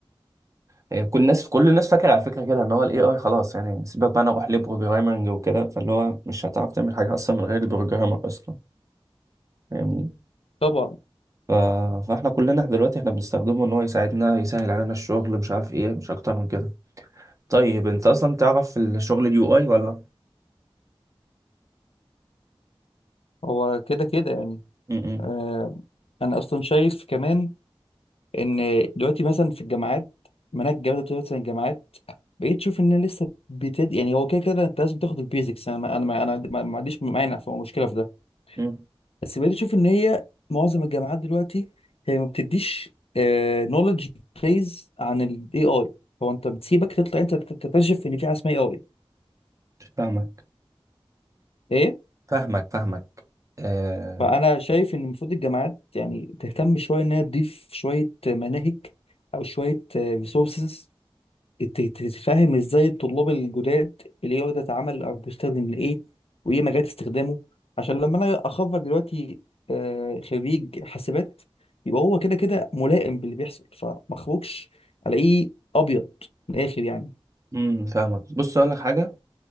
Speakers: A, on the right; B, on the left.
A: يعني كل الناس كل الناس فاكره على فكره كده ان هو الاي اي خلاص يعني سيبك بقى انا اروح لبروجرامنج وكده فاللي هو مش هتعرف تعمل حاجه اصلا من غير البروجرامر اصلا فاهمني
B: طبعا
A: ف... فاحنا كلنا دلوقتي احنا بنستخدمه ان هو يساعدنا يسهل علينا الشغل مش عارف ايه مش اكتر من كده طيب انت اصلا تعرف في الشغل اليو اي ولا
B: هو كده كده يعني
A: امم
B: آه انا اصلا شايف كمان ان دلوقتي مثلا في الجامعات مناهج الجامعات دلوقتي مثلا الجامعات بقيت تشوف انها لسه بتد يعني هو كده كده انت لازم تاخد البيزكس انا ما- انا ما انا ما ما عنديش مانع في مشكله في ده
A: امم
B: بس بقيت اشوف ان هي معظم الجامعات دلوقتي هي ما بتديش نولج بيز عن الاي اي هو انت بتسيبك تطلع انت تكتشف ان في حاجه اسمها اي اي
A: فاهمك
B: ايه
A: فاهمك فاهمك آه
B: فانا شايف ان المفروض الجامعات يعني تهتم شويه ان هي تضيف شويه مناهج او شويه ريسورسز ت- ت- تفهم ازاي الطلاب الجداد الاي اي ده اتعمل او بيستخدم لايه وايه مجالات استخدامه عشان لما انا اخرج دلوقتي آه، خريج حاسبات يبقى هو كده كده ملائم باللي بيحصل فما اخرجش الاقيه ابيض من الاخر يعني
A: امم فاهمك بص اقول لك حاجه